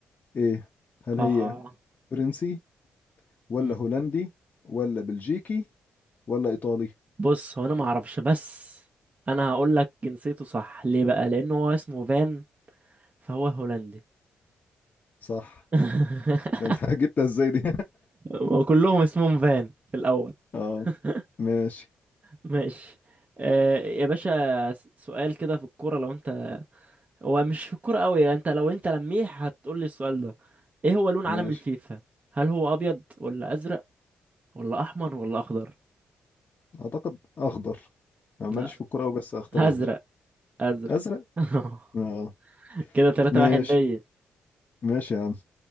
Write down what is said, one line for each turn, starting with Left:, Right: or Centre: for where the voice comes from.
Left: إيه هل
Right: اه
Left: هي فرنسي ولا
Right: مم.
Left: هولندي ولا بلجيكي ولا إيطالي
Right: بص هو انا ما اعرفش بس انا هقول لك جنسيته صح ليه بقى لان هو اسمه فان فهو هولندي
Left: صح
Right: <laughs>
Left: ده أنت <laughs> جبتها إزاي دي
Right: وكلهم اسمهم فان في الاول
Left: <laughs> اه
Right: <laughs>
Left: ماشي
Right: ماشي آه يا باشا س- سؤال كده في الكورة لو انت هو مش في الكورة قوي انت لو انت لميح هتقول لي السؤال ده ايه هو لون
Left: ماشي
Right: علم الفيفا هل هو ابيض ولا ازرق ولا احمر ولا اخضر
Left: أعتقد أخضر أنا
Right: لا
Left: ماليش في الكورة أوي بس أختار
Right: ازرق
Left: أخضر
Right: ازرق
Left: أزرق
Right: <laughs>
Left: آه
Right: كده تلاتة
Left: ماشي
Right: واحد ليا
Left: ماشي يا عم